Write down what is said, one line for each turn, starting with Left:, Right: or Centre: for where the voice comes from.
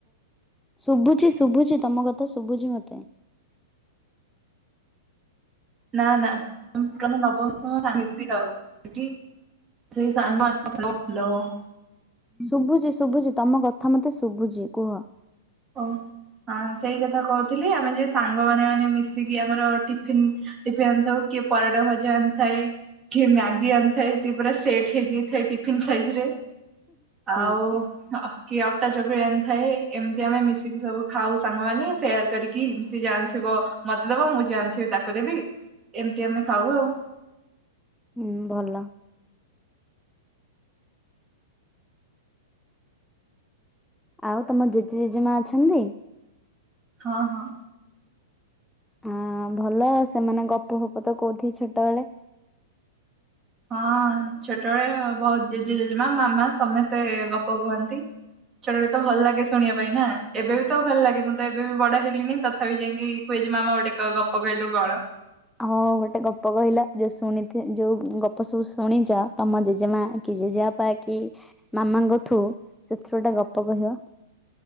Centre: ଶୁଭୁଚି, ଶୁଭୁଚି ତମ କଥା ଶୁଭୁଚି ମତେ
Right: ନା ନା ନବମ ଦଶମ ସାଙ୍ଗ ମିଶି ଖାଉ ସେଠି ସେଇ ସାଙ୍ଗମାନେ <unintelligible>
Centre: ଶୁଭୁଛି ଶୁଭୁଛି ତମ କଥା ମତେ ଶୁଭୁଛି କୁହ।
Right: ଓ ହଁ ସେଇ କଥା କହୁଥିଲି ଆମେ ଯେ ସାଙ୍ଗମାନେ ମାନେ ମିଶିକି ଆମର ଟିଫିନ୍ ଟିଫନ୍ ଆଣିଥାଉ, କିଏ ପରଟା ଭଜା ଆଣିଥାଏ? କିଏ ମ୍ୟାଗି ଆଣିଥାଏ ସିଏ ପୁରା ସେଟ୍ ହେଇଯାଇଥାଏ ଟିଫିନ୍ ସାଇଜରେ
Centre: ହଁ
Right: ଆଉ କି ଅଟା ଚକୁଳି ଏମି଼ତି ଥାଏ ଏମତି ଯିଏ ଆମେ ମିଶିକି ସବୁ ଖାଉ ସାଙ୍ଗମାନେ ସେୟାର କରିକି ସିଏ ଯାହା ଆଣିଥିବ ମତେ ଦବ ମୁଁ ଯାହା ଆଣିଥିବି ତାକୁ ଦେବି ଏମିତି ଆମେ ଖାଉ ଆଉ
Centre: ହୁଁ ଭଲ। ଆଉ ତମ ଜେଜେ ଜେଜେମା ଅଛନ୍ତି?
Right: ହଁ, ହଁ
Centre: ଆ ଭଲ ସେମାନେ ଗପଫପ ତ କହୁଥିବେ ଛୋଟବେଳେ
Right: ହଁ ଛୋଟବେଳେ ବହୁତ ଜେଜେ ଜେଜେମା ମାମା ସମସ୍ତେ ଗପ କହନ୍ତି। ଛୋଟବେଳେ ତ ଭଲ ଲାଗେ ଶୁଣିବା ପାଇଁ ନା ଏବେ ବି ତ ଭଲ ଲାଗେ ମୁଁ ତ ଏବେ ବି ବଡ ହେଲିଣି ତଥାପି ଯାଇକି ଜେଜେମାମା ଗୋଟେ ଗପ କଇଲୁ ଗଳ
Centre: ହଁ ଗୋଟେ ଗପ କହିଲ ଯୋଉ ଶୁଣିଥିବ ଯୋଉ ଗପ ସବୁ ଶୁଣିଚ ତମ ଜେଜେମା କି ଜେଜାବାପା କି ମାମାଙ୍କଠୁ ସେଥିରୁ ଗୋଟେ ଗପ କହିବ